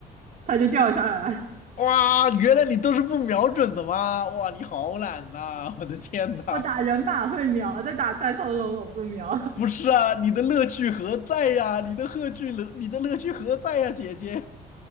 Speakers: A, on the right (about 50°); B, on the left (about 50°).
A: 他就掉下来。
B: 哇，原来你都是不瞄准的吗？哇，你好懒呐、我的天呐，
A: <laughs> 我打人马会瞄，但打三头龙我不瞄。
B: 不是啊，你的乐趣何在呀、你的乐趣何，你的乐趣何在呀、姐姐？